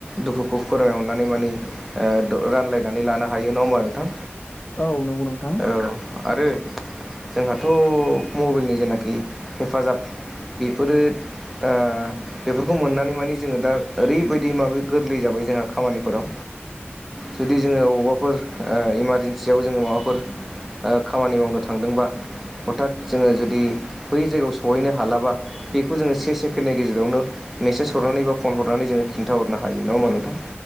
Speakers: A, in the centre; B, on the left.
A: दुखुखौ फोरमायहरनानै मानि ओ दो रानलायनानै लानो हायो नङा होमबा नोंथां
B: औ नंगौ नोंथां
A: औ आरो जोंहाथ' मबेइलनि जेनाखि हेफाजाब बेफोरो ओ बेफोरखौ मोननानै माने जोङो दा ओरैबायदि माबे गोरलै जाबाय जोंहा खामानिफोराव जुदि जोङो अबावबाफोर ओ इमारजेन्सियाव जोङो माबाफोर ओ खामानि मावनो थांदोंबा हथात जोङो जुदि बै जायगायाव सहैनो हालाबा बेखौ जोङो से सेकेण्डनि गेजेरावनो मेसेज हरनानै बा फन हरनानै जोङो खिन्थाहरनो हायो नङा होमबा नोंथां।